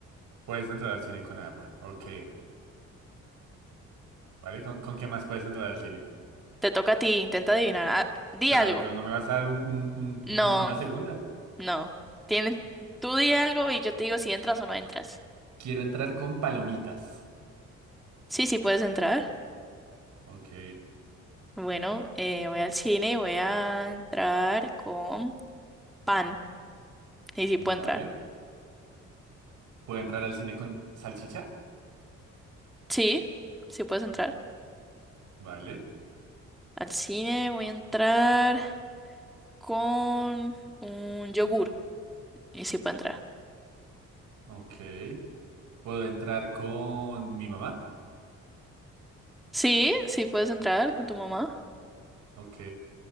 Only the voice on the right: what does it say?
Puedes entrar al cine con agua. Ok. Vale, ¿con, con qué más puedes entrar al cine?
Pero,
pero no me vas a dar un- un-
un- una segunda.
Quiero entrar con palomitas.
Ok.
Vale.
¿Puedo entrar al cine con salchicha?
Vale.
Ok. ¿Puedo entrar con mi mamá?
Ok,